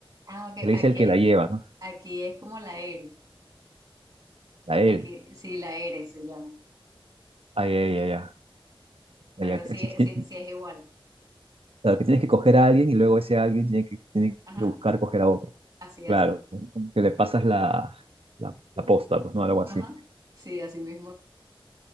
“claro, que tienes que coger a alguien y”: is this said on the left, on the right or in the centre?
Right